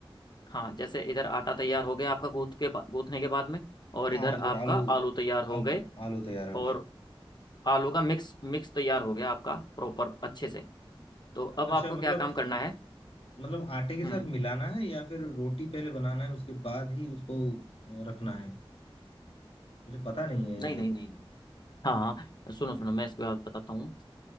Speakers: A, on the left; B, on the left.
A: हाँ जैसे इधर आटा तैयार हो गया आपका गूंथ के बा- गूंथने के बाद में और
B: हाँ
A: इधर आपका
B: इधर आलू
A: आलू तैयार हो
B: आलू
A: गए
B: आलू तैयार हो
A: और
B: गया
A: आलू का मिक्स मिक्स तैयार हो गया आपका प्रॉपर अच्छे से तो अब
B: अच्छा
A: आपको
B: मतलब
A: क्या काम करना है
B: मतलब आटे के साथ
A: हम्म
B: मिलाना है या फिर रोटी पहले बनाना है उसके बाद ही उसको अ, रखना है मुझे पता नहीं है
A: नहीं
B: ऐसा
A: नहीं
B: सब
A: नहीं नहीं। हाँ हाँ सुनो सुनो मैं इसके बाद बताता हूँ